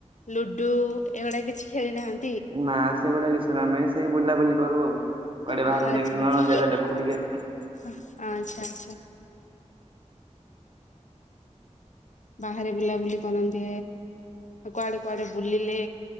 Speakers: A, on the left; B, on the right.
A: ଲୁଡୁ ଏଗୁଡା କିଛି ଖେଳି ନାହାନ୍ତି
B: ମା ସେ ଗୁଟେ କିଶନାମେ ସେଇ ବୁଲାବୁଲି କରୁ ଆଉ କୁଆଡେ
A: ଆଛାଛ
B: ବାହାରକୁ ଯାଇକି ନୂଆ
A: ଆଚ୍ଛା
B: ନୂଆ ଜାଗା ଦେଖୁ ଟିକେ।
A: ଆଚଛା <inaudible> ବାହାରେ ବୁଲାବୁଲି କରନ୍ତି କୁଆଡେ କୁଆଡେ ବୁଲିଲେ